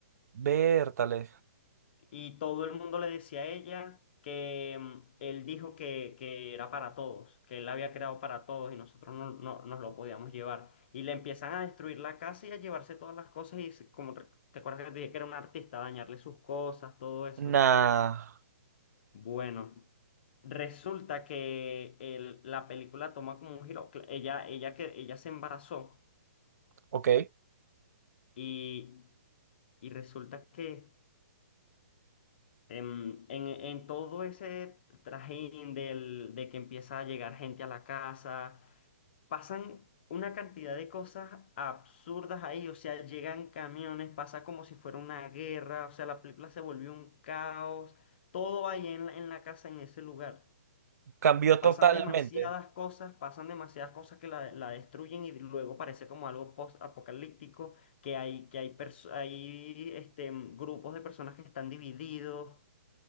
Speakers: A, on the right; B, on the left.
A: Bertale.
B: y todo el mundo le decía a ella que mm, él dijo que, que era para todos, que él la había creado para todos y nosotros no, no- nos lo podíamos llevar. Y le empiezan a destruir la casa y a llevarse todas las cosas y se- como re- te acuerdas que te dije que era un artista, dañarle sus cosas, todo eso.
A: Nah.
B: Bueno. Resulta que el- la película toma como un giro. Cla- Ella, ella, que, ella se embarazó
A: Ok.
B: y, y resulta que Em, En, en todo ese trajín del, de que empieza a llegar gente a la casa, pasan una cantidad de cosas absurdas ahí, o sea, llegan camiones, pasa como si fuera una guerra, o sea, la película se volvió un caos, todo ahí en la, en la casa, en ese lugar.
A: Cambió
B: Pasan
A: totalmente.
B: Wow. demasiadas cosas, pasan demasiadas cosas que la, la destruyen y luego parece como algo post-apocalíptico, que hay, que hay, perso- hay este, grupos de personas que están divididos.